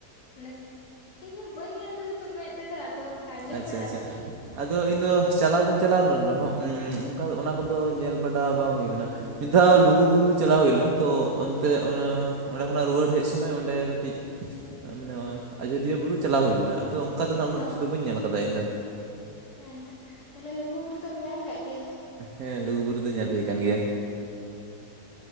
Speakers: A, on the left (about 70°); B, on the right (about 65°).
A: ᱢᱟᱱᱮ ᱤᱧᱦᱚᱸ ᱵᱟᱹᱧ ᱧᱮᱞ ᱠᱟᱫᱟ ᱛᱚ ᱢᱮᱸᱫ ᱛᱮᱫᱚ ᱟᱫᱚ ᱚᱝᱠᱟ ᱟᱸᱡᱚᱢ
B: ᱟᱪᱪᱷᱟ
A: ᱵᱟᱲᱟ
B: ᱟᱪᱪᱷᱟ
A: ᱠᱟᱹᱫᱟᱹᱧ,
B: ᱟᱫᱚ ᱤᱧ ᱫᱚ ᱪᱟᱞᱟᱣ ᱫᱚᱧ ᱪᱟᱞᱟᱣ ᱞᱮᱱ ᱨᱮᱦᱚᱸ ᱩᱸ ᱚᱱᱠᱟ ᱚᱱᱟ ᱠᱚᱫᱚ ᱧᱮᱞ ᱵᱟᱰᱟ ᱵᱟᱝ ᱦᱩᱭ ᱠᱟᱱᱟ᱾ ᱢᱤᱫ ᱫᱷᱟᱣ ᱞᱩᱜᱩ ᱵᱩᱨᱩ ᱪᱟᱞᱟᱣ ᱦᱩᱭ ᱞᱮᱱᱟ᱾ ᱛᱚ ᱚᱱᱛᱮ ᱚᱱᱟ ᱚᱸᱰᱮ ᱠᱷᱚᱱᱟᱜ ᱨᱩᱣᱟᱹᱲ ᱦᱮᱡ ᱥᱩᱢᱚᱭ ᱚᱸᱰᱮ ᱠᱟᱹᱴᱤᱡ ᱢᱟᱱᱮ ᱟᱡᱚᱫᱤᱭᱟᱹ ᱵᱩᱨᱩ ᱪᱟᱞᱟᱣ ᱦᱩᱭ ᱞᱮᱱᱟ ᱟᱫᱚ ᱚᱱᱠᱟ ᱫᱚ ᱦᱟᱸᱜ ᱩᱱᱟᱹᱜ
A: ᱚ
B: ᱠᱤᱪᱷᱩ ᱫᱚ ᱵᱟᱹᱧ ᱧᱮᱞ ᱠᱟᱫᱟ ᱤᱧ ᱫᱚ
A: ᱦᱮᱸᱛᱚ ᱛᱟᱦᱞᱮ ᱞᱩᱜᱩ ᱵᱩᱨᱩ ᱫᱚᱢ ᱧᱮᱞ ᱠᱟᱜ ᱜᱮᱭᱟ?
B: ᱦᱮᱸ ᱞᱩᱜᱩᱵᱩᱨᱩ ᱫᱚ ᱧᱮᱞ ᱦᱩᱭ ᱠᱟᱱ ᱜᱮᱭᱟ